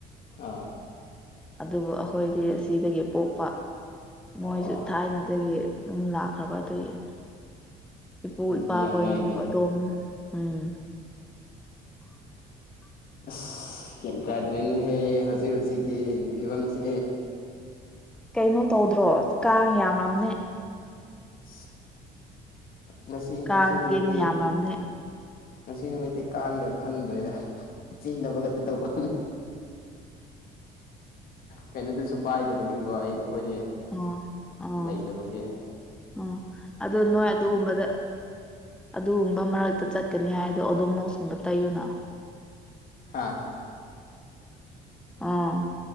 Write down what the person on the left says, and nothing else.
ꯑꯥ
ꯑꯣ
ꯑꯗꯨꯗꯤ
ꯌꯥꯝ ꯅꯛꯏꯅꯦ
<unintelligible> ꯀꯦꯟ ꯇꯥꯗ꯭ꯔꯔꯤꯅꯦꯍꯦ ꯍꯧꯖꯤꯛ ꯍꯧꯖꯤꯛꯀꯤ ꯐꯤꯕꯝꯁꯦ
ꯑ ꯉꯁꯤ
ꯉꯁꯤ ꯅꯨꯃꯤꯠꯇꯤ
ꯉꯁꯤ ꯅꯨꯃꯤꯠꯇꯤ ꯀꯥꯟꯈ꯭ꯔꯥ ꯈꯪꯗ꯭ꯔꯦꯗ ꯆꯦꯅꯕ ꯈꯛꯇ ꯇꯧꯕ ꯀꯩꯅꯣꯗꯨꯁꯨ ꯄꯥꯏꯗꯕꯒꯤꯀꯣ ꯍꯥꯏꯗꯤ ꯑꯩꯈꯣꯏꯗꯤ
ꯂꯩꯇꯕꯒꯤ
ꯍꯥꯥ